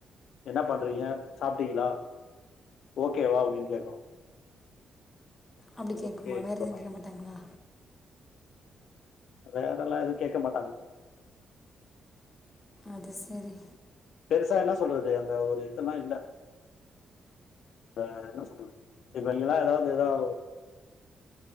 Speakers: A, on the left (about 65°); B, on the left (about 25°).
A: என்ன பண்றீங்க சாப்ட்டீங்ளா ஓகேவா உங்களுக்கு கேட்கு
B: அப்டி கேட்குமா
A: ஓகே
B: வேற
A: அவ்ளோதா
B: எதுவு கேட்க மாட்டாங்ளா
A: வேறல்லா எதுவு கேக்க மாட்டாங்க
B: அது சரி
A: பெருசா என்ன சொல்றது அந்த ஒரு இதெல்லா இல்ல வேற என்ன சொல்றது இப்ப நீங்கல்லா எதாவது எதாவது